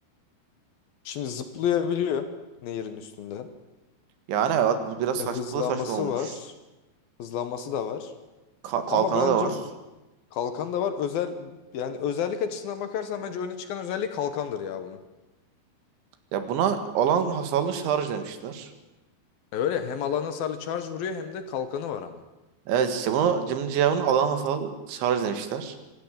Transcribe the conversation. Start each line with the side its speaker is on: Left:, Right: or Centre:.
Left: Şimdi zıplayabiliyor nehirin üstünden.
Right: Yani evet bu biraz saç,
Left: E, hızlanması
Right: bu da saçma olmuş.
Left: var. Hızlanması da var.
Right: Ka- kalkanı
Left: Ama bence
Right: da var.
Left: kalkan da var. Özel yani özellik açısından bakarsan bence öne çıkan özelliği kalkandır ya bunun.
Right: Ya buna alan hasarlı şarj demişler.
Left: E öyle hem alan hasarlı charge vuruyor hem de kalkanı var ama.
Right: Evet işte bunu cımın cevabını alan hasarlı şarj demişler.